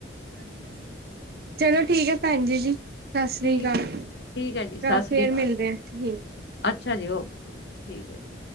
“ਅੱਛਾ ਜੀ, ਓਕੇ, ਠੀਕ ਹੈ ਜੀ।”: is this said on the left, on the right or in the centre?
Left